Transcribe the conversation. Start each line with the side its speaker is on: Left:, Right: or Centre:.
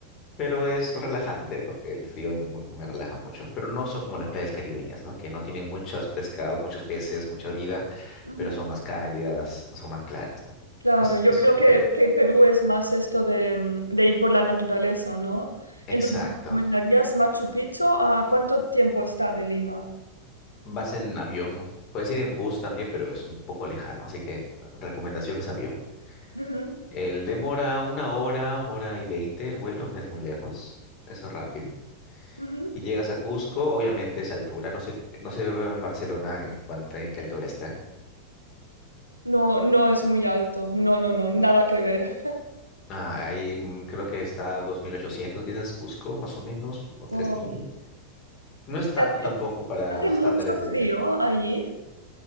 Left: Pero es relajante porque el frío y mu- me relaja mucho. Pero no son como las playas caribeñas, ¿no? Que no tienen muchos pescados, muchos peces, mucha vida,
Right: ujú.
Left: pero son más cálidas, son más claras, ¿no?
Right: Claro,
Left: Es,
Right: yo
Left: es
Right: creo
Left: diferente.
Right: que, que Perú es más esto de, mm, de ir por la naturaleza, ¿no?
Left: Exacto.
Right: Entonces, ¿me ¿recomendarías Machu Picchu? ¿A cuánto tiempo está de Lima?
Left: Vas en avión, ¿no? Puedes ir en bus también, pero es un poco lejano, así que recomendación es avión.
Right: Ujú,
Left: El demora una hora, hora y veinte el vuelo, no es muy lejos, es rápido.
Right: ujú.
Left: Y llegas a Cusco, obviamente es altura, no sé, no sé Barcelona en cuánto, en qué altura está.
Right: No, no es muy alto. No, no, no, nada que ver. <laughs>
Left: Ah, ahí mm, creo que está a 2.800 quizás Cusco, más o menos, o tres
Right: Wow.
Left: mil No es tanto
Right: ¿Hace,
Left: tampoco para
Right: hace
Left: los
Right: mucho
Left: estándares
Right: frío
Left: de...
Right: allí?